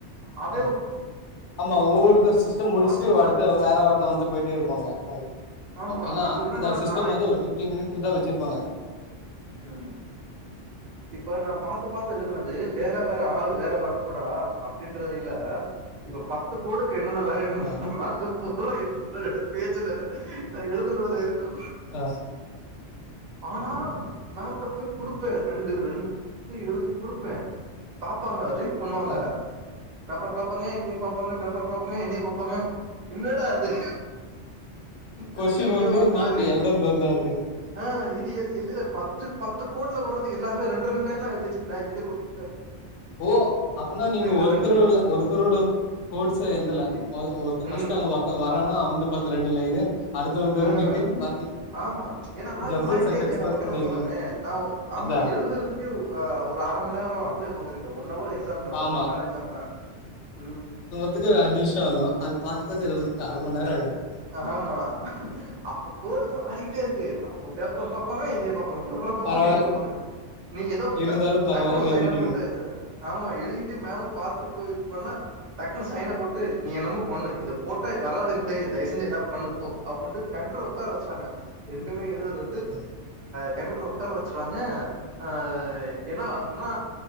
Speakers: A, on the right (about 50°); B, on the left (about 80°).
A: அவ
B: ஆ ஆமா ஒவ்வொருத்த சிஸ்டம் முடிச்சுட்டு
A: அது இது
B: அடுத்து வேற ஒருத்த வந்து போயிட்டே இருப்பாங்க கரெக்ட்
A: ஆமா
B: ஏன்னா
A: இப்ப என்னன்னா
B: அந்த சிஸ்டம்
A: நா
B: வந்து ஒரு பிப்டீன் மினிட்ஸ்க்கு தா வச்சுருப்பாங்க
A: ம் இப்ப நான் பாத்து பாத்து எழுதுனது வேற வேற ஆள் வேற வேற கூடா இன்றையில இப்ப பத்து கோடுக்கு என்னன்ன லைனு
B: ஆ
A: அது கூட என்றயீல இல்லல்ல பேச்சுல நா எழுதனுதுல இருக்கு
B: ஆ
A: ஆ மேம்ட்ட போய் குடுப்ப ரெண்டு ரெண்டு எழுதி குடுப்பேன் பாப்பாங்க ரீட் பண்ணுவாங்க
B: ஆ
A: பேப்பர் பாப்பாங்க என்னய பாப்பாங்க பேப்பர் பாப்பாங்க என்னய பாப்பாங்க என்னடா இது
B: கொஸ்டின்
A: எனக்கு அப்டியே
B: ஒண்ணு
A: ஒரு
B: நீ
A: மாறி ஆயி
B: எழுதன்து ஒண்ணா இருக்கு
A: ஆ இது இஇல்லல்ல பத்து பத்து கோட்ல வறது எல்லாமே ரெண்டு ரெண்டு லைனா எழுதி வச்சுகுடா
B: ஓ அப்பனா நீங்க
A: இருந்து
B: ஒருத்தருல்ல
A: ரெண்டு லைனு
B: ஒருத்தரோட கோட்ஸ்சும் எழுதல ஒருத்த
A: ம்
B: பஸ்ட் அங்க ஒருத்த வரன்னா அவ வந்து பாத்து ரெண்டு லைனு அடுத்து வந்து
A: ஆ
B: ரெண்டு லைனு மாத்தி
A: ஆமா ஏன்னா ஆள்
B: ஜம்பிள்
A: மாறிட்டே
B: சென்டன்ஸ்
A: இருக்கே அத
B: மாரி
A: பக்கத்து
B: பண்ணிருக்கீங்க
A: ஒக்காந்தவன் நா ஆமா
B: அதா
A: எழுதுறது ஒரு அர மண் நேரம் அப்டியே உக்காந்துரு ஒன் ஹவர் எக்ஸாம்னா
B: ஆமா
A: ஒன்ற மண்நேரம் எக்ஸாம்னா உம்
B: அதுக்கு அஞ்சு நிமிசம் ஆகும் அத பாத்து பாத்து எழுதுறத்துக்கு அர மண் நேரம் ஆயிடும்
A: ஆமா அப்ப கோடு மாறிக்கிட்டே இருக்கு அவங்க பேப்பர் பாப்பாங்க என்னய பாப்பாங்க பேப்பர் பாப்பாங்க
B: பரவால்ல
A: என்னய பாப்பாங்க பேப்பரக நீ ஏத
B: இருந்தாலு
A: இதா
B: பரவால்லனு
A: டக்குனு
B: எழுதிட்டீங்க
A: சைன போட்டு ஆமா எழுதிட்டு மேம்மு பாத்து போய் சொன்னா டக்குன்னு சைன போட்டு நீ என்னமோ பண்ணு இத போட்டா வர்ராதுன்னு தெரியும் தயவு செச்சு எதாது பண்ணுப்போ அப்டின்ட்டு டக்கனு ஓக்கார வச்சுருவாங்க ரெண்டுமே எழுதல
B: ஆ
A: கம்யூட்டர்ல ஓக்கார வச்சுருவாங்க ஆ என்ன இன்னா